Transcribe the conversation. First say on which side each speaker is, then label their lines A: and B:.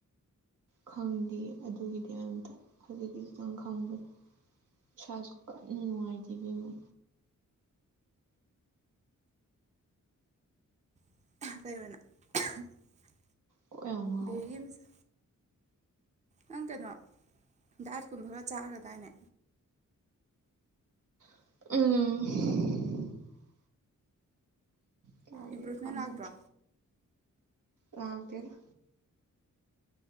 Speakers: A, on the right; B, on the right.
A: ꯈꯪꯗꯤꯌꯦ ꯑꯗꯨꯒꯤꯗꯤ ꯑꯩꯝꯇ ꯍꯧꯖꯤꯛꯀꯤꯗꯨꯗꯪ ꯈꯪꯕꯅꯦ ꯏꯁꯥꯁꯨ ꯀꯟꯅ ꯅꯨꯡꯉꯥꯏꯇꯦ ꯏꯕꯦꯃ꯫
B: <inaudible>
A: ꯀꯣꯛ ꯌꯥꯝ ꯉꯥꯎꯋꯦ
B: ꯕꯦꯔꯤꯝꯁ ꯅꯪ ꯀꯩꯅꫭ ꯗꯥꯠꯀꯨꯝꯕ ꯈꯔꯆꯥꯈꯔꯗꯥꯏꯅꯦ꯫
A: ꯝꯝꯝ ꯀꯥꯏꯗꯩ
B: ꯏꯝꯄ꯭ꯔꯨꯚꯃꯦꯟ
A: ꯀꯥꯅꯗꯦ꯫
B: ꯂꯥꯛꯇ꯭ꯔꯣ
A: ꯂꯥꯛꯇꯦꯗ꯫